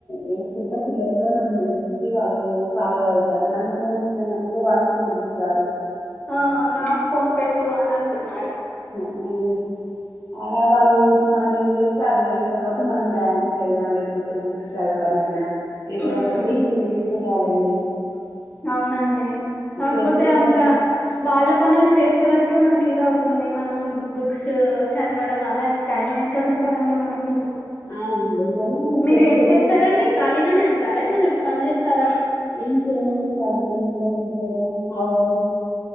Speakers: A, on the left; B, on the left.
A: వేస్తుంటే పిల్లలు కూడా మన చూసి వాళ్ళు ఫాలో అవుత మనం ఫోన్ చూసినామనుకో వాళ్ళు ఫోన్ చూస్తారు
B: ఆ నాకు ఫోన్ పెట్టు అని అంటున్నారు
A: అవును అలా వాళ్ళు ఇప్పుడు మనం ఏం చేస్తే అదే చేస్తారు కాబట్టి మనం డ్యాన్స్ అయినా లేకపోతే చదవడంమయినా ఏదో ఒకటి
B: ఉమ్
A: చెయాలండి
B: అవునండి కాకపోతే
A: చేస్తే
B: అంత
A: కొంచెం
B: వాళ్ళ పనులు చేసేవరకి అే మనకి ఇది అవుతుంది మనం బుక్స్ చదవడం అలా టైం ఎక్కడ ఉంటదండి మనకి
A: ఆ ఉంది గాని
B: మీరు
A: కొద్దిసేపు
B: ఏం చేస్తారంండి ఖాళీగానే ఉంటారే మన పని చేస్తారా
A: ఏం చేయమండి తలిగానే ఉంటాం ఇంట్లోనే హౌస్ వైఫ్